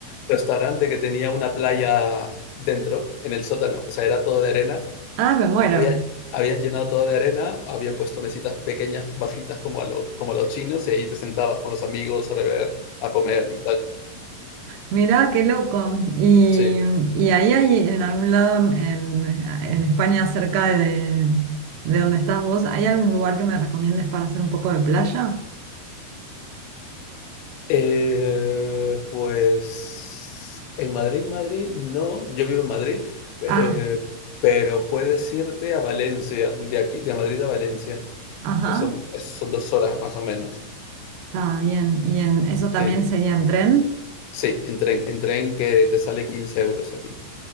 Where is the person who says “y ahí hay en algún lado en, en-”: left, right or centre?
Right